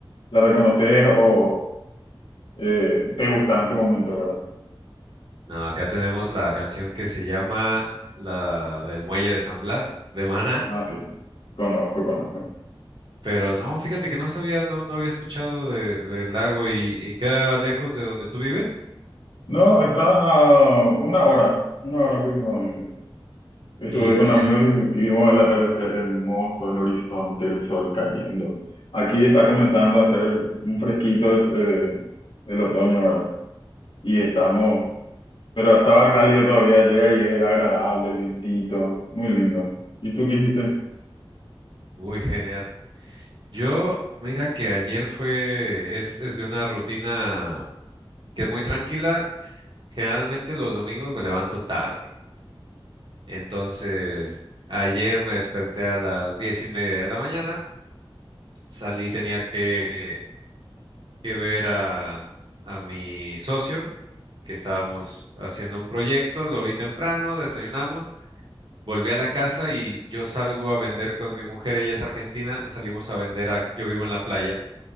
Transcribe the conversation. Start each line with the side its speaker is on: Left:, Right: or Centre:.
Left: la reconoces o eh, te gusta en su momento, ¿verdad?
Right: No, acá tenemos la canción que se llama la del Muelle de San Blas, de Maná.
Left: Ah, sí, conozco, conozco.
Right: Pero no, fíjate que no sabía, no, no había escuchado de, del lago y, y queda lejos de donde tú vives.
Left: No, está a una hora, una hora aproximadamente. Estuve
Right: ¿Y
Left: con
Right: qué
Left: amigos
Right: es?
Left: y y vimos el atardecer hermoso, el horizonte, el sol cayendo. Aquí está comenzando a hacer un fresquito el, eh, el otoño, ¿verdad? Y estamos, pero estaba cálido todavía ayer y era agradable, el vientito, muy lindo. ¿Y tú qué hiciste?
Right: Uy, genial. Yo, mira que ayer fue, es, es de una rutina que es muy tranquila. Generalmente los domingos me levanto tarde. Entonces, ayer me desperté a las diez y media de la mañana. Salí, tenía que, que ver a, a mi socio, que estábamos haciendo un proyecto. Lo vi temprano, desayunamos. Volví a la casa y yo salgo a vender con mi mujer, ella es argentina, salimos a vender a, yo vivo en la playa